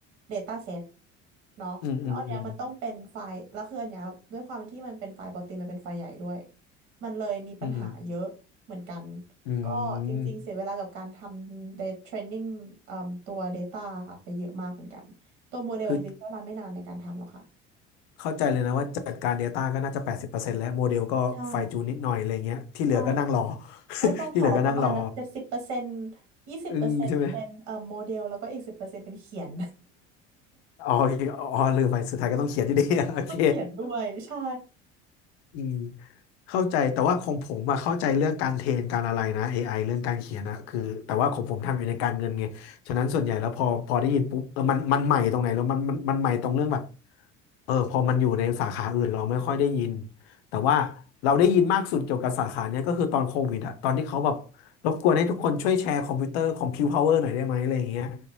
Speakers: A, on the right; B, on the left.
A: Data Set เนาะแล้วอันเนี้ยมันต้องเป็นไฟล์แล้วคืออันเนี้ยด้วยความที่มันเป็นไฟล์ปกติมันเป็นไฟล์ใหญ่ด้วย
B: อืมอืมอืม
A: มันเลยมีปัญหาเยอะเหมือนกัน
B: อืมอื
A: ก็จริงๆเสียเวลากับการทำ
B: ม
A: data training เอ่มตัว Data ค่ะไปเยอะมากเหมือนกันตัวโมเดลจริงๆใช้เวลาไม่นานในการทำหรอกค่ะ
B: คือเข้าใจเลยนะว่าจัดการ Data ก็น่าจะแปดสิบเปอร์เซ็นต์แล้วโมเดลก็ไฟจูนนิดหน่อยอะไรเงี้ยที่เหลือก็นั่งรอ
A: ใช่ใช่
B: <laughs>
A: เออต้องขอประมาณแบบเจ็ดสิบเปอร์เซ็นต์
B: ที่เหลือก็นั่งรอ
A: ยี่สิบเปอร์เซ็นต์เป็นเอ่อโมเดล
B: อึ้งใช่ไหม
A: แล้วก็อีกสิบเปอร์เซ็นต์เป็นเขียน
B: อ๋อออ๋อลืมไปสุดท้ายก็ต้องเขียนอยู่ดี <laughs> โอเค
A: <laughs> ต้องเขียนด้วยใช่
B: อืมเข้าใจแต่ว่าของผมอะเข้าใจเรื่องการเทรนการอะไรนะ AI เรื่องการเขียนอะคือแต่ว่าของผมทำอยู่ในการเงินไงฉะนั้นส่วนใหญ่แล้วพอพอได้ยินปุ๊บเออมันมันใหม่ตรงไหนแล้วมันมันมันใหม่ตรงเรื่องแบบเออพอมันอยู่ในสาขาอื่นเราไม่ค่อยได้ยินแต่ว่าเราได้ยินมากสุดเกี่ยวกับสาขาเนี้ยก็คือตอนโควิดอะตอนที่เขาแบบรบกวนให้ทุกคนช่วยแชร์คอมพิวเตอร์คอมพิวพาวเวอร์หน่อยได้ไหมอะไรอย่างเงี้ย